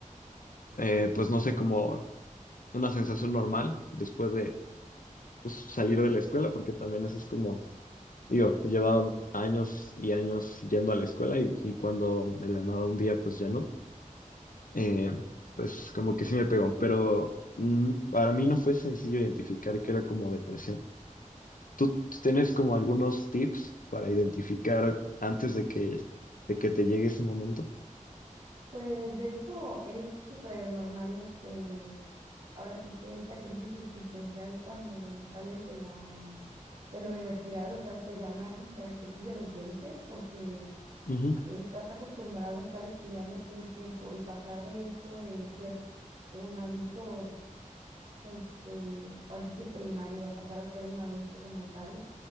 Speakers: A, on the left; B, on the right.
A: eh, pues no sé, como una sensación normal después pues, salir de la escuela, porque también eso es como, digo, llevaba años y años yendo a la escuela y, y cuando de la nada un día pues ya no, eh, pues como que sí me pegó, pero mm, para mí no fue sencillo identificar que era como depresión. ¿Tú tienes como algunos tips para identificar antes de que, de que te llegue ese momento?
B: Pues de hecho es súper normal este, ahora sí que esta crisis existencial cuando sales de la, de la universidad, o sea, se llama como que la crisis de los 20 porque
A: Ujú,
B: estás acostumbrado a estar estudiando todo el tiempo y pasar de esto de ser un adulto, este, ahora sí que primario, a pasar a ser un adulto como tal,